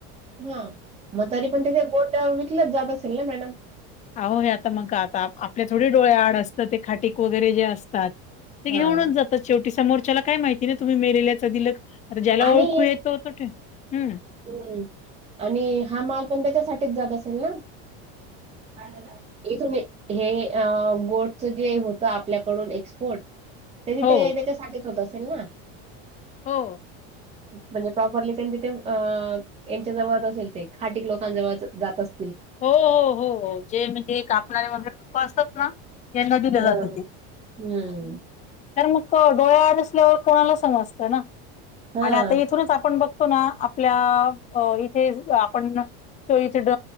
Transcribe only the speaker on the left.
अहो हे आता मग आता आपल्या थोडी डोळ्या आड असतं ते खाटक वगैरे जे असतात ते
घेऊनच
जातात. शेवटी समोरच्याला काय माहिती ना तुम्ही मेलेल्याच दिलं आता ज्याला ओळखू
येतो तो हम्म
हो
हो.
हो हो हो जे म्हणजे कापणारे वगैरे लोक असतात ना. यांना दिल
जात ते.
तर मग तो डोळ्या नसल्यावर कोणाला समजतं ना.
आणि आता इथूनच आपण बघतो ना आप ल्या इथेच आपण सोइचे ड